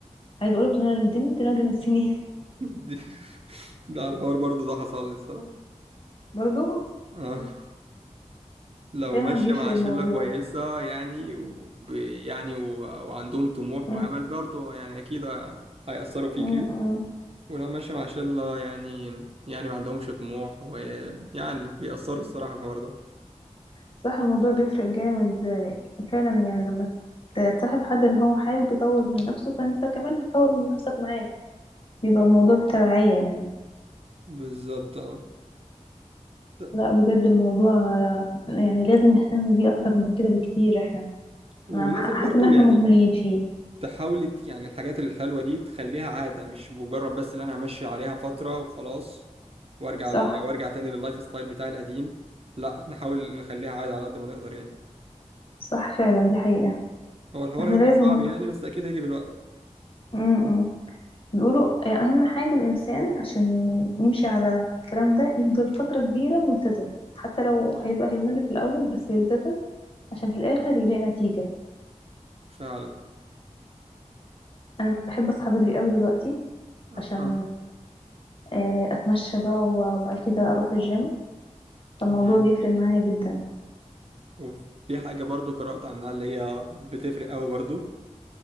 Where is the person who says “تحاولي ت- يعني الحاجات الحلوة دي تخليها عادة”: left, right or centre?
Right